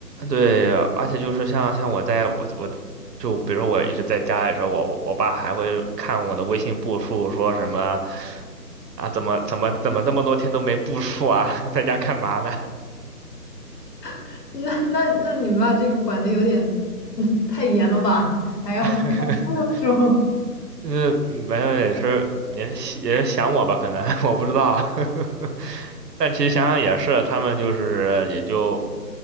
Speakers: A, on the right; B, on the left.
A: 对，而且就是像像我在我我就比如说我一直在家里的时候，我我爸还会看我的微信步数，说什么啊怎么怎么怎么这么多天都没步数啊，<laughs> 在家干嘛呢？
B: <laughs> 那那那你们把这个管的有点 <laughs>，嗯，太严了吧？还要
A: <laughs>
B: <laughs> 注。
A: 就是没有也是也是也是想我吧，可能 <laughs> 我不知道，<laughs> 但其实想想也是，他们就是也就